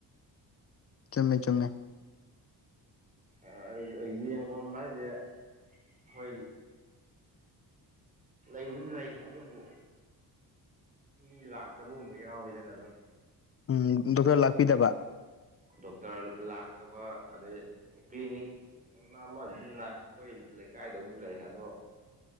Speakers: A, on the left; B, on the right.
A: ꯆꯨꯝꯃꯦ ꯆꯨꯝꯃꯦ
B: ꯑ ꯌꯦꯡꯕꯝ ꯍꯥꯏꯖꯦ ꯍꯣꯏ ꯂꯩꯕꯨꯗꯤ ꯂꯩ ꯑꯗꯨꯕꯨ ꯃꯤ ꯂꯥꯛꯇꯕꯒꯨꯝꯕ ꯌꯥꯎꯋꯤꯗꯅ ꯑꯗꯨꯝ
A: ꯎꯝ ꯗꯣꯛꯇꯔ ꯂꯥꯛꯄꯤꯗꯕ
B: ꯗꯣꯛꯇꯔ ꯂꯥꯛꯇꯕ ꯑꯗꯩ ꯀ꯭ꯂꯤꯅꯤꯛ ꯅꯪ ꯑꯃꯗꯤ ꯂꯥꯛ ꯈꯣꯏ ꯂꯩꯀꯥꯏꯗꯕꯨꯗꯤ ꯂꯩ ꯑꯗꯣ